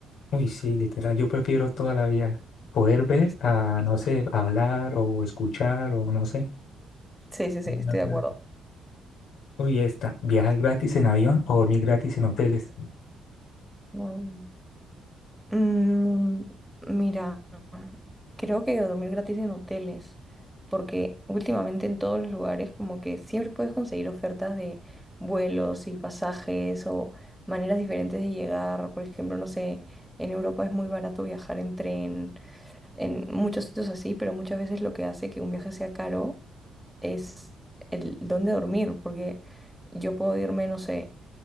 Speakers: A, on the left; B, in the centre.
A: Uy, sí, literal, yo prefiero toda la vida poder ver
B: Sí,
A: a, no sé, hablar o escuchar o no sé.
B: sí, sí,
A: De
B: sí, estoy
A: acuerdo.
B: de acuerdo.
A: Uy, esta, viajar gratis en avión o dormir gratis en hoteles.
B: Mm. Mm, mira, creo que dormir gratis en hoteles, porque últimamente en todos los lugares como que siempre puedes conseguir ofertas de vuelos y pasajes o maneras diferentes de llegar. Por ejemplo, no sé, en Europa es muy barato viajar en tren en muchos sitios así, pero muchas veces lo que hace que un viaje sea caro es el dónde dormir, porque yo puedo irme, no sé,